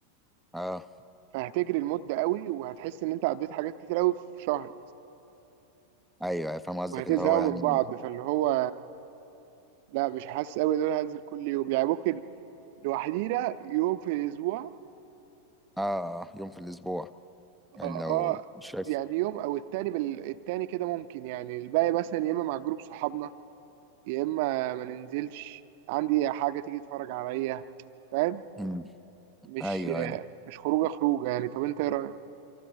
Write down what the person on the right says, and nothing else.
فهتجري المده قوي وهتحس ان انت عديت حاجات كتير قوي في شهر
وهتزهقوا
من بعض فاللي هو لا مش حاسس قوي ان انا هنزل كل يوم يعني ممكن لوحدينا يوم في الاسبوع
اه
اه
يعني يوم او التاني بال... التاني كده ممكن يعني الباقي مثلا يا اما مع جروب صحابنا يا اما ما ننزلش عندي حاجه تيجي تتفرج عليا فاهم
مش
مش خروجه خروجه يعني طب انت ايه رايك